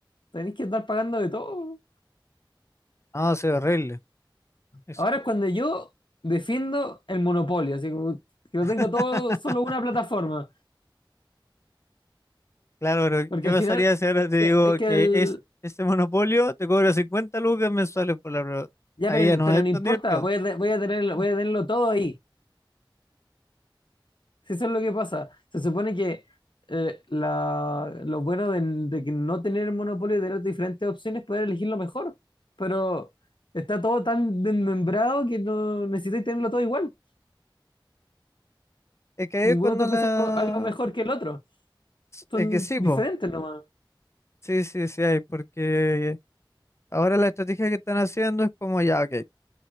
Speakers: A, on the left; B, on the left.
A: tenéis que estar pagando de todo.
B: No, se ve horrible. Eso.
A: Ahora es cuando yo defiendo el monopolio, así como que lo
B: <laughs>
A: tengo todo solo una plataforma,
B: Claro, pero
A: porque
B: ¿qué pasaría
A: al final
B: si ahora te
A: es
B: digo
A: que, es que
B: que
A: el,
B: es este monopolio te cobra 50 lucas mensuales por la prueba?
A: ya,
B: Ahí
A: pero,
B: ya no
A: pero
B: es
A: no importa,
B: tan divertido.
A: voy a, te- voy a tener,
B: Ah,
A: voy a tenerlo todo ahí. Si eso es lo que pasa. Se supone que eh, la- lo bueno de, de que no tener el monopolio y tener diferentes opciones, es poder elegir lo mejor. Pero está todo tan desmembrado que no necesitas tenerlo todo igual.
B: Es que ahí
A: Ninguno
B: es cuando
A: te ofrece
B: la...
A: algo, algo mejor que el otro. Son
B: Es que sí,
A: diferentes
B: po.
A: nomás,
B: Sí, sí, sí hay, porque Ahora la estrategia que están haciendo es como ya, ok,